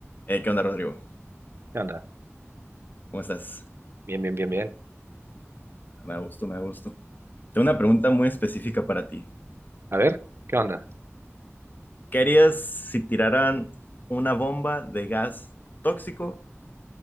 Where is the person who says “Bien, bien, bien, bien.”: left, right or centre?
Right